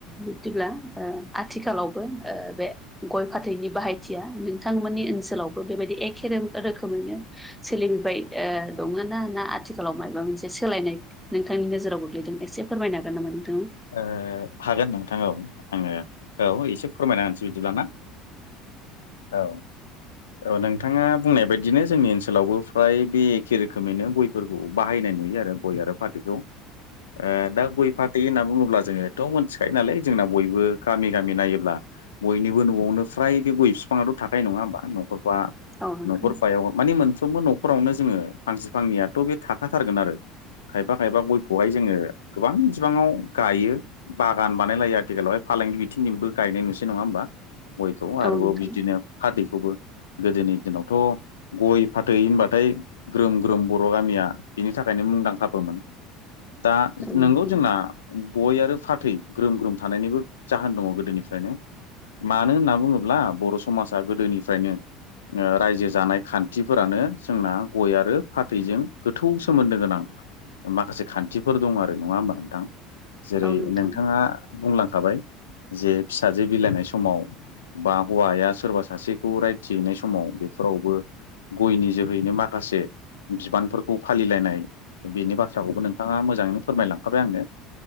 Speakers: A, in the centre; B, on the left (about 80°).
A: बिदिब्ला ओ आथिखालावबो ओ बे गय फाथैनि बाहायथिया नोंथांमोननि ओनसोलावबो बेबायदि एखे रो रोखोमैनो सोलिबाय ओ दङो ना ना आथिखालाव माय माबा मोनसे सोलायनाय नोंथांनि नोजोराव गोग्लैदों एसे फोरमायनो होगोन नामा नोंथाङा?
B: ओ हागोन नोंथां औ आङो औ एसे फोरमायना होनसै बिदिब्लाना औ। औ नोंथाङा बुंनाय बायदिनो जोंनि ओनसोलावबो फ्राय बे एखे रोखोमैनो गय फोरखौ बाहायनाय नुयो आरो गय आरो फाथैखौ
A: <inaudible>
B: ओ दा गय फाथै होना बुङोब्ला जोङोथ' मिथिखायो नालाय जोंना बयबो गामि गामि नायोब्ला बयनिबो न'आवनो फ्राय गय बिफाङाथ' थाखायो नङा होमबा न'खरबा
A: औ नोंथां
B: न'खर
A: औ नोंथां
B: फायाव मानि मोनफ्रोमबो न'खरावनो जोङो फांसे फांनैयाथ' बे थाखाथारगोन आरो खायफा खायफा गयखौहाय जोङो गोबां बिबाङाव गायो बागान बानायलायो आथिखालावहाय फालांगि बिथिंजोंबो गायनाय नुसै नङा होमबा? गयखौ आरोबाव
A: औ नोंथां
B: बिदिनो फाथैखौबो गोदोनि दिनावथ' गय फाथै होनबाथाय ग्रोम ग्रोम बर' गामिया बिनि थाखायनो मुंदांखाबोमोन दा
A: औ नोंथां
B: नोंगौ जोंना गय आरो फाथै ग्रोम ग्रोम थानायनिबो जाहोन दङ गोदोनिफ्रायनो मानो होनना बुङोब्ला बर' समाजा गोदोनिफ्रायनो ओ रायजो जानाय खान्थिफोरानो जोंना गय आरो फाथैजों गोथौ सोमोन्दो गोनां। माखासे खान्थिफोर दं आरो नङा होमबा नोंथां‌। जेरै
A: औ नोंथां
B: नोंथाङा बुंलांखाबाय जे फिसाजो बिलाइनाय समाव बा हौवाया सोरबा सासेखौ रायथिहैनाय समाव बेफोरावबो गयनि जोहैनो माखासे बिबान फोरखौ फालिलायनाय बेनि बाथ्राखौबो नोंथाङा मोजाङैनो फोरमायलांखाबाय आंनो।